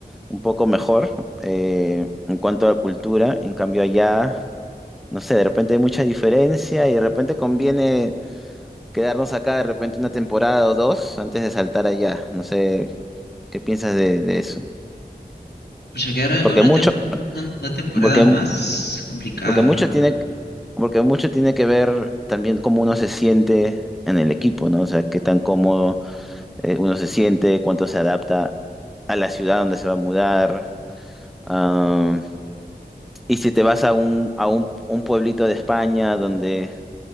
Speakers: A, in the centre; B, on the left.
A: un poco mejor eh, en cuanto a cultura, en cambio allá, no sé, de repente hay mucha diferencia y de repente conviene quedarnos acá de repente una temporada o dos antes de saltar allá. No sé, ¿qué piensas de, de eso?
B: Pucha, quedar acá
A: Porque
B: una,
A: mucho...
B: tem- una una temporada
A: Porque
B: más complicado.
A: Porque mucho tiene, porque mucho tiene que ver también cómo uno se siente en el equipo, ¿no? O sea, qué tan cómodo eh, uno se siente, cuánto se adapta a la ciudad donde se va a mudar. Ah, y si te vas a un, a un, un pueblito de España donde